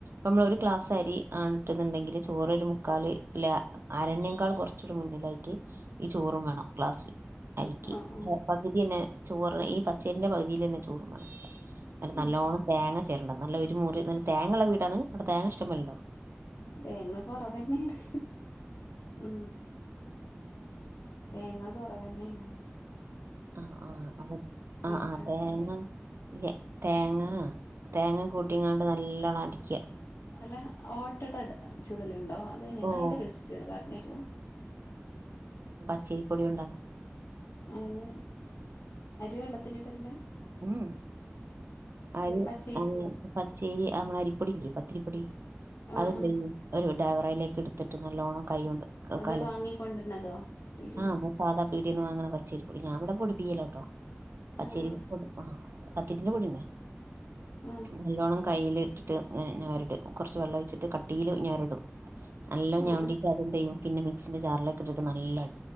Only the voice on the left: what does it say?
ആഹ് ആഹ് ആഹ്
ആഹ്
തേങ്ങ കൊറവന്നെയാണ് ഉ തേങ്ങ കൊറവ തന്നെയാണ്
ഉം
കട്ടായ
അല്ല ഓട്ടട ചുടലുണ്ടോ അതിന്
അതിന്റെ റസ്പ്പി പറഞ്ഞു തരോ
അയിനെ അരി വെള്ളത്തിലിട്ടില്ല
പച്ചരിപ്പൊടി
ആഹ്
ആഹ്
അത്
വാങ്ങിക്കൊണ്ടരുന്നതോ പീടിയന്ന്
ആഹ്
ആഹ്
ആഹ് ആഹ് ആഹ്